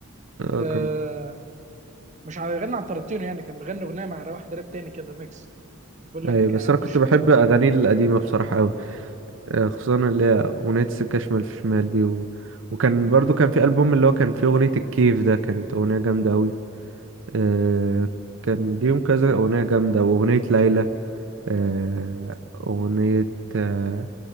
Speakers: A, on the right; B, on the right.
A: اه
B: آه،
A: كان
B: مش عارف يغني عن ترنتينو يعني كان بيغني اغنية مع واحد راب تاني كده ميكس بيقول لك
A: اي بس
B: اخش
A: انا كنت بحب
B: في ال...
A: اغانيه القديمه بصراحه قوي خصوصا اللي هي اغنيه سكه شمال في شمال دي و... وكان برضو كان في البوم اللي هو كان فيه اغنيه الكيف ده كانت اغنيه جامده قوي أه كان ليهم كذا اغنيه جامده واغنيه ليلى أه اغنيه أه